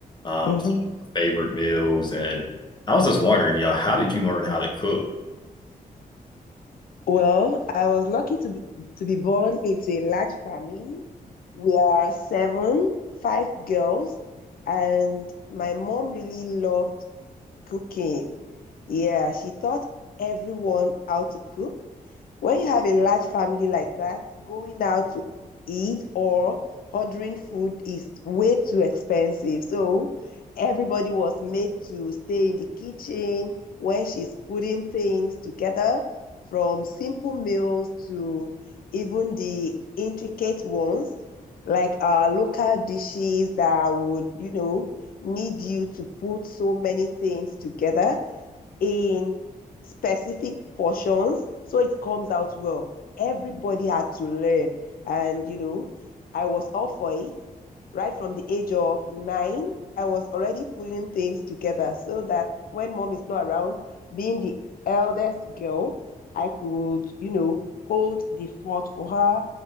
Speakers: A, on the left (about 30°); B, on the left (about 75°).
A: um,
B: hmm
A: some of our favorite meals, and I was just wondering, you know, how did you learn how to cook?
B: Well, I was lucky to be, to be born into a large family. We are seven, five girls, and my mom really loved cooking. Yeah, she taught everyone how to cook. When you have a large family like that, going out to eat or ordering food is way too expensive. So everybody was made to stay in the kitchen when she's putting things together, from simple meals to even the intricate ones, like uh, local dishes that would, you know, need you to put so many things together in specific portions so it comes out well. Everybody had to learn, and you know, I was all for it right from the age of nine, I was already putting things together so that when mom is not around, being the eldest girl, I could, you know, hold the fort for her,